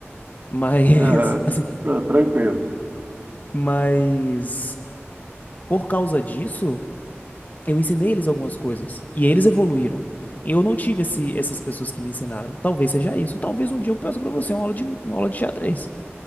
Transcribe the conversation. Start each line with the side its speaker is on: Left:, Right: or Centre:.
Left: Mas,
Right: Ah,
Left: <laughs> assim,
Right: ah, tranquilo.
Left: mas por causa disso. Eu ensinei eles algumas coisas e eles evoluíram. Eu não tive esse- essas pessoas que me ensinaram. Talvez seja isso. Talvez um dia eu peça pra você uma aula de, uma aula de xadrez.